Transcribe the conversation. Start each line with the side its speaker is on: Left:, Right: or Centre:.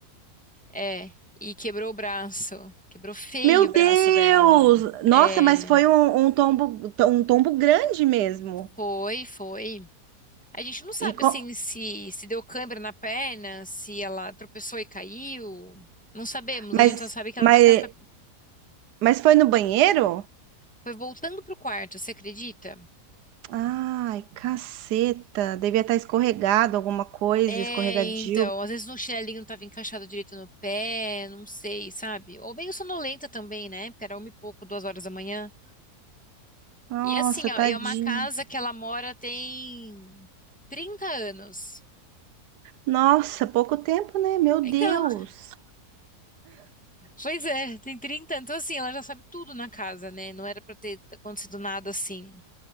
Centre: É, e quebrou o braço. Quebrou feio
Right: Meu
Centre: o braço
Right: Deus!
Centre: dela.
Right: Nossa,
Centre: É,
Right: mas foi um, um tombo, um tombo grande mesmo.
Centre: foi, foi. A gente não sabe,
Right: E co-
Centre: assim, se, se deu câimbra na perna, se ela tropeçou e caiu. Não sabemos,
Right: mas,
Centre: a gente só sabe que
Right: mas,
Centre: ela bateu a cabeça.
Right: mas foi no banheiro?
Centre: Foi voltando pro quarto, você acredita?
Right: Ai, caceta. Devia estar escorregado alguma coisa,
Centre: É,
Right: escorregadio.
Centre: então, às vezes no chinelinho não tava encaixado direito no pé, não sei, sabe? Ou bem sonolenta também, né? Porque era uma e pouco, duas horas da manhã.
Right: Nossa,
Centre: E assim,
Right: tadinha.
Centre: ó, e é uma casa que ela mora tem 30 anos.
Right: Nossa, pouco tempo, né? Meu
Centre: Então,
Right: Deus.
Centre: pois é, tem 30. então assim, ela já sabe tudo na casa, né? Não era pra ter acontecido nada assim.